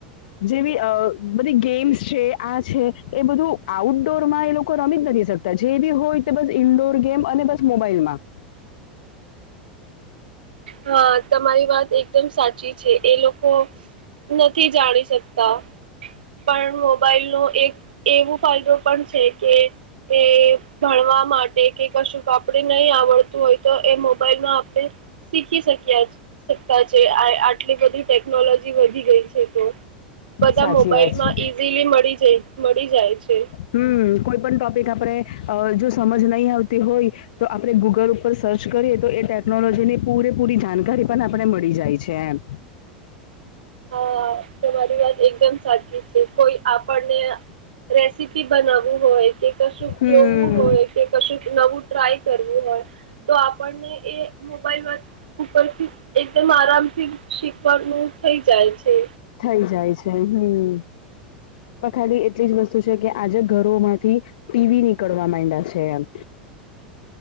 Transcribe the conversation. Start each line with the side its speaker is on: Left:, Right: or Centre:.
Left: જેવી બધી ગેમ્સ છે આ છે એ બધું આઉટડોર માં એ લોકો રમી જ નથી શકતા જે બી હોય તો બસ ઇન્ડોર ગેમ અને બસ મોબાઈલ માં
Right: હ તમારી વાત એકદમ સાચી છે એ લોકો નથી જાણી શકતા પણ મોબાઈલ નો એક એવું ફાયદો પણ છે કે એ ભણવા માટે કે કશું કપડ નહી આવડતું હોય તો એ મોબાઈલમાં શીખી શક્યા શકતા આટલી બધી ટેકનોલોજી વધી ગઈ છે તો બધા
Left: સાચી
Right: મો
Left: વાત
Right: હ
Left: છે.
Right: ઈઝીલી મળી જ મળી જાય છે
Left: હમ કોઈ પણ ટોપિક આપણે જો સમજ નહી આવતી હોય તો આપણે ગૂગલ ઉપર સર્ચ કરીએ તો એ ટેકનોલોજી ની પૂરેપૂરી જાણકારી પણ આપણે મળી જાય છે એમ
Right: હા તમારી વાત એકદમ સાચી છે કોઈ આપણને રેસીપી બનાવવું હોય કે કશું
Left: હમ
Right: જોવું હોય કે કશું નવું ટ્રાય કરવું હોય તો આપણને એ મોબાઈલમાં ઉપરથી એકદમ આરામથી શીખવાનું થઇ જાય છે
Left: થઈ જાય છે હમ પણ ખાલી એટલી જ વસ્તુ છે કે આજે ઘરો માંથી ટીવી નીકળવા માંડા છે એમ